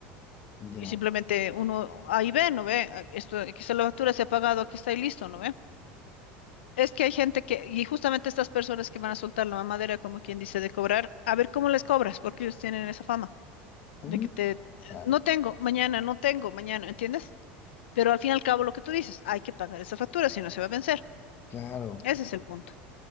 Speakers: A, on the left; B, on the left.
A: ya.
B: Y simplemente uno ahí ve, ¿no ve? Ah, Esto, aquí está la factura, se ha pagado, aquí está y listo, ¿no ve? Es que hay gente que, y justamente estas personas que van a soltar la mamadera, como quien dice, de cobrar, a ver cómo les cobras, porque ellos tienen esa fama
A: Mm,
B: de que te,
A: ah,
B: no tengo, mañana, no tengo, mañana, ¿entiendes? Pero al fin y al cabo lo que tú dices, hay que pagar esa factura, si no se va a vencer.
A: claro.
B: Ese es el punto.